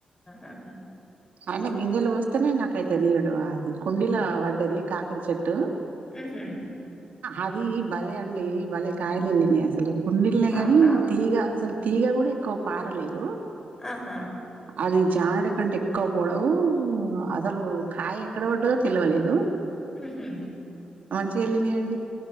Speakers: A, on the left; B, on the right.
A: ఆ!
B: అన గింజలు పోస్తేనే నాకైతే నీరుడు అది కుండీలా వడ్డది కాకర చెట్టు
A: ఊహూ
B: అదీ బలే అండి ఈ బలే కాయలెల్లినాయి అసలు కుండిల్నే
A: అవునా?
B: గానీ తీగ అసలు తీగ కూడా ఎక్కువ పారలేదు
A: ఆహా
B: అది జానడి కంటే ఎక్కువ పొడవు అసలు కాయ ఎక్కడ పడ్డదో తెలివలేదు
A: హుహు.
B: మంచిగెళ్ళినయండి